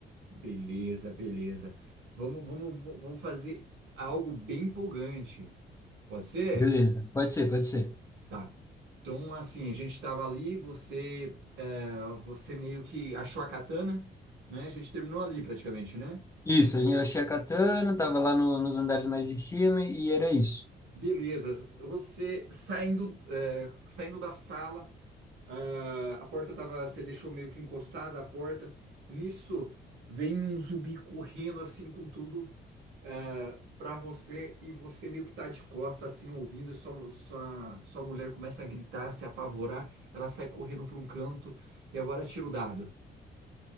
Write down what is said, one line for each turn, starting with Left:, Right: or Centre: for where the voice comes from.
Right: Beleza, beleza. Vamos, vamos, vamos fazer algo bem empolgante. Pode ser?
Left: Beleza, pode ser, pode ser.
Right: Tá. Então, assim, a gente estava ali, você, é, você meio que achou a katana, né? A gente terminou ali praticamente, né?
Left: Isso, eu achei a katana, tava lá no- nos andares mais em cima e era isso.
Right: Beleza, você saindo, é, saindo da sala, ah, a porta tava, você deixou meio que encostada a porta. Nisso vem um zumbi correndo assim com tudo ah, pra você e você meio que tá de costa assim ouvindo. E sua, sua, sua mulher começa a gritar, se apavorar. Ela sai correndo pra um canto e agora tira o dado.